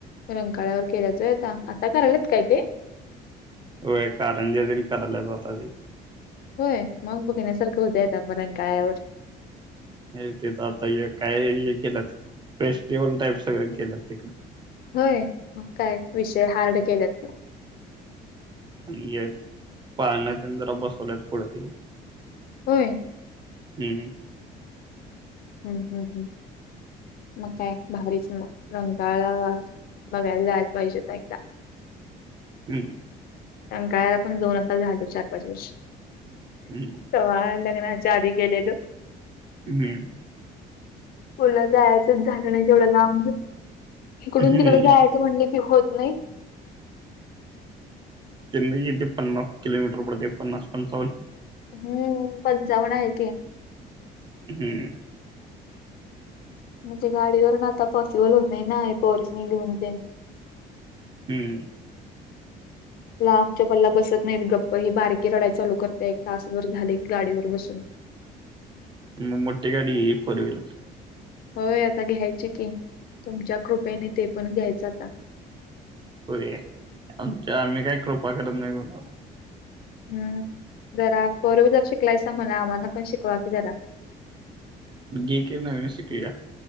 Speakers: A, on the left; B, on the right.
A: रंकाळ्यावर केल्याचयता आता करायलाच काय ते.
B: होय कारंज करायला जात ते
A: होय मग बघ येण्यासारखं होत आता मरण टळ्यावर.
B: ते तर आता काय केलंत फेस्टिवल टाईप सगळं केलंत तिकड
A: होय, मग काय विषय हार्ड केलेत ना
B: आणि पाहण्याचा जरा बसवल्यात पुढं तिकडे
A: होय,
B: <inaudible> हम्म.
A: हम्म हम्म हम्म. मग काय भारीच मग रंगाळा बघायला जायला पाहिजे तर एकदा <inaudible>
B: हम्,
A: सकाळाला पण दोन आार झालो चार पाच वर्ष
B: हम्म
A: स लग्ना जारी केलेलं.
B: हम,
A: पुला जायचंच झालं नाही तेवढं लांब इकडून
B: हम्म
A: तिकड जायचं म्हणलं की होत नाई <inaudible>
B: थे पन्नास किलोमीटर पडते पन्नास पंचावन्न
A: हम्म पण जाऊन आहे ते,
B: हम्म,
A: म्हणजे गाडीवरता पॉसिबल होत नाही ना पॉरिसने घेऊन ते
B: हम्म,
A: <inaudible> लांबच्या पल्ला बसत नाहीत गप्प ही बारकी रडाय चालू करते एक तासभर झाले की गाडीवर बसून, <inaudible>
B: मग मोठी गाडी घे फोर व्हिलर
A: होय आता घ्यायची कि तुमच्या कृपेने ते पण घ्यायचं आता.
B: होय आमच्या आम्ही काय कृपा करत नाही. कोणावर
A: हम्म, जरा फोर व्हीलर शिकलायसा म्हणा आम्हाला पण शिकवा की जरा,
B: घे की नवीन शिकवूया